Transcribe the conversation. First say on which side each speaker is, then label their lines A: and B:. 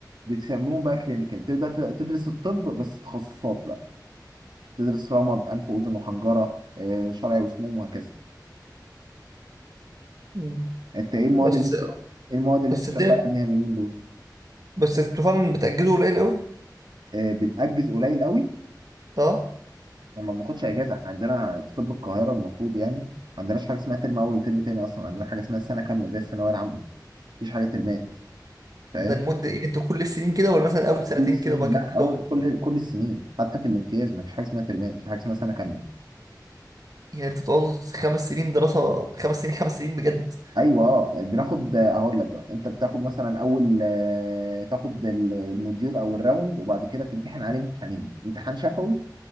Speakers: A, on the right (about 85°); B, on the right (about 55°).
A: بتسميهم بقى كلينيكال بتبدا ت- تدرس الطب بس تخصصات بقى تدرس رمد انف واذن وحنجره آه، شرعي وسموم وهكذا
B: مم.
A: انت ايه المواد
B: بس
A: اللي انت ايه المواد اللي
B: بس
A: انت شغال
B: الدنيا
A: عليها اليومين دول
B: بس انتوا فعلا بتأجلوا قليل قوي
A: آه بنأجز قليل قوي
B: اه
A: وما بناخدش اجازه احنا عندنا في طب القاهره المفروض يعني ما عندناش حاجه اسمها ترم اول وترم تاني اصلا عندنا حاجه اسمها سنه كامله زي الثانويه العامه مفيش حاجه ترمات فاهم
B: ده المدة يعني انتوا كل السنين كده ولا مثلا اول سنتين
A: كل السنين
B: كده وبعد
A: لا
B: كده بتبدأوا
A: اول كل كل السنين حتى في الامتياز مفيش حاجه اسمها ترمات في حاجه اسمها سنه كامله
B: يعني انتوا بتقعدوا خمس سنين دراسة خمس سنين خمس سنين بجد
A: ايوه اه بناخد آه، اقول لك بقى انت بتاخد مثلا اول آه، تاخد ال- الموديول او الراوند وبعد كده تمتحن عليه امتحانين امتحان شفوي